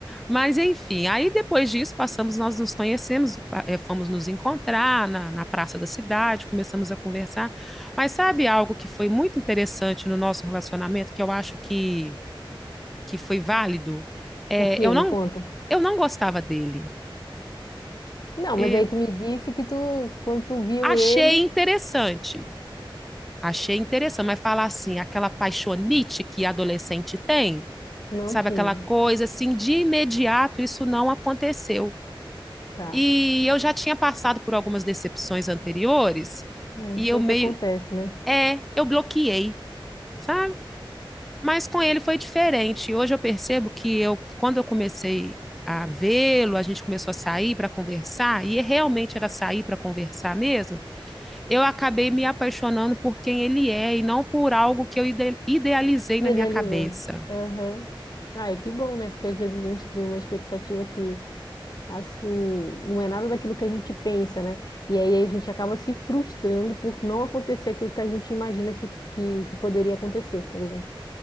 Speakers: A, in the centre; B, on the left (about 50°).
A: Mas enfim, aí depois disso passamos, nós nos conhecemos, eh, fomos nos encontrar na, na praça da cidade, começamos a conversar. Mas sabe algo que foi muito interessante no nosso relacionamento, que eu acho que, que foi válido? É,
B: O quê?
A: eu não,
B: Me conta.
A: eu não gostava dele.
B: Não,
A: É,
B: mas aí tu me disse que tu, quando tu viu
A: Achei
B: ele,
A: interessante, achei interessante, mas falar assim, aquela paixonite que adolescente tem,
B: não
A: sabe,
B: tinha.
A: aquela coisa assim, de imediato isso não aconteceu.
B: Tá.
A: E eu já tinha passado por algumas decepções anteriores,
B: Hum,
A: e
B: sempre
A: eu meio,
B: acontece, né?
A: é, eu bloqueei, sabe? Mas com ele foi diferente. Hoje eu percebo que eu, quando eu comecei a vê-lo, a gente começou a sair para conversar, e é realmente era sair para conversar mesmo, eu acabei me apaixonando por quem ele é e não por algo que eu ide- idealizei
B: Idealizou.
A: na minha cabeça.
B: Aham. Ah, é que bom, né? Porque às vezes a gente cria uma expectativa que, assim, não é nada daquilo que a gente pensa, né? E aí a gente acaba se frustrando por não acontecer aquilo que a gente imagina que, que, que poderia acontecer, por exemplo.